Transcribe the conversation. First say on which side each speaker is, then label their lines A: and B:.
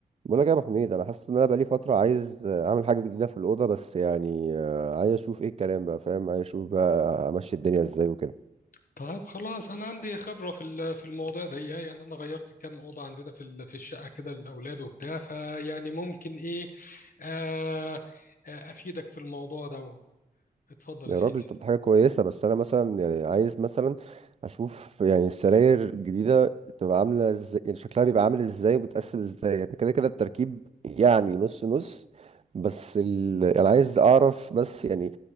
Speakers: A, on the right (about 40°); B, on the left (about 60°).
A: بقول لك يا ابو حميد انا حاسس ان انا بقالي فتره عايز اعمل حاجه جديده في الاوضه بس يعني آه، عايز اشوف ايه الكلام بقى فاهم عايز اشوف بقى امشي الدنيا ازاي وكده
B: طيب خلاص انا عندي خبره في ال- في الموضوع ده يعني انا غيرت كام اوضه عندنا في ال- في الشقه كده للاولاد وبتاع فيعني ممكن ايه آه آه افيدك في الموضوع ده اتفضل
A: يا
B: يا سيدي
A: راجل طب دي حاجه كويسه بس انا مثلا يعني عايز مثلا اشوف يعني السراير الجديده تبقى عامله ازاي يعني شكلها بيبقى عامل ازاي وبتقسم ازاي يعني كده كده التركيب يعني نص نص بس ال... انا عايز اعرف بس يعني